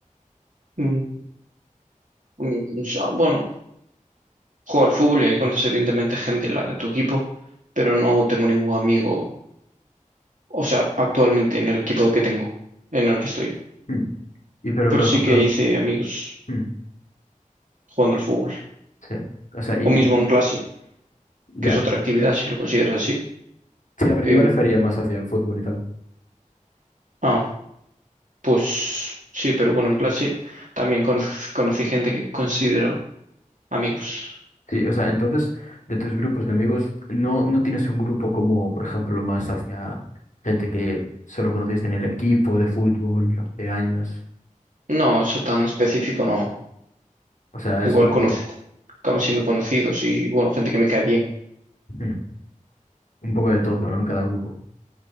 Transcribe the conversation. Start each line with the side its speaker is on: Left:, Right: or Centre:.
Right: Mm, mm, o sea, bueno, juego al fútbol y ahí conoces evidentemente gente, la de tu equipo, pero no tengo ningún amigo, o sea, actualmente en el equipo que tengo, en el que estoy.
Left: Mm. Y pero
Right: Pero
Left: por ejemplo,
Right: sí que hice amigos
Left: mm,
Right: jugando al fútbol,
Left: sí. O sea, y,
Right: o mismo
Left: y
Right: en clase, que
Left: ya.
Right: es otra actividad, si lo consideras así.
Left: Sí, a ver,
Right: Em,
Left: yo me refería más hacia el fútbol y tal.
Right: ah, pues sí, pero bueno, en clase también conoz- conocí gente que considero amigos.
Left: Sí, o sea, entonces, de tus grupos de amigos, no, no tienes un grupo como, por ejemplo, más hacia gente que solo conociste en el equipo de fútbol hace años.
Right: No, eso tan específico no.
Left: O sea,
Right: Igual
Left: es un poco,
Right: conocí, acaban siendo conocidos y, bueno, gente que me cae bien.
Left: mm, un poco de todo, ¿no? En cada grupo.